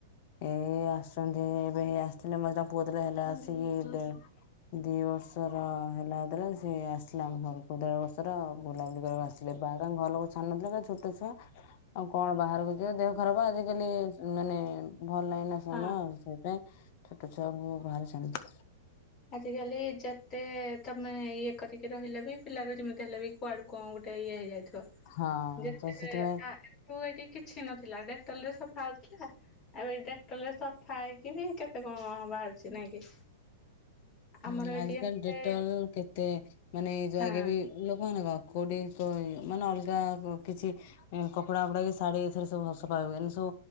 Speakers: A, on the left (about 55°); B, on the left (about 35°).
A: ଏଇ ଆସୁଛନ୍ତି ଏବେ ଆସିଥିଲେ ମେ ତାଙ୍କ ପୁଅ ଯେତର ହେଲା ଆସିକି ଦି ବର୍ଷର ହେଲା ଯେତେଳେ ସେ ଆସିଲାମ ଘରକୁ ଦେଢ ବର୍ଷର ବୁଲାବୁଲି କରିବାକୁ ଆସିଲେ କ ଘର ଲୋକ ଛାଡୁନଥିଲେ ଛୋଟ ଛୁଆ ଆଉ କଣ ବାହାରକୁ ଯ ଦେହ ଖରାପ ଆଜିକାଲି ମାନେ ଭଲ ଲାଗିନା ସମୟ
B: ହଁ।
A: ସେଇପାଇଁ ଛୋଟ ଛୁଆକୁ <unintelligible>
B: ଆଜିକାଲି ଯେତେ ତମେ ଇଏ କରିକି ରହିଲେ ବି ପିଲାର ଯେମିତି ହେଲେ ବି କୁଆଡୁ କଣ ଗୋଟେ ଇଏ ହେଇଯାଇ
A: ହଁ
B: ଯେତେ
A: ତ ସେଥିପାଇଁ
B: ଆ ଏଠିକ କିଛି ନଥିଲା ଡେଟଲରେ ସଫା ହଉଥିଲା ଆଉ ଏ ଡେଟଲ ରେ ସଫା ହେଇକି ବି କେତେ କଣ ହବ ବାହାରିଛି ନାଇଁ କି। ଆମର
A: ହୁଁ
B: ଏଇଠି
A: ଆଜିକାଲି
B: ଏତେ
A: ଡେଟଲ କେତେ ମାନେ ଏ ଯ
B: ହଁ
A: ଆଗେ ବି ଲୋକମାନେ କଣ କୋଡିିଏ <unintelligible> ମାନେ କିଛି ଉଁ କପଡା ଫପଡା କି ଶାଢୀ ଏଥର ସବୁ ସଫା ହୁଏ ଏନତି ସବୁ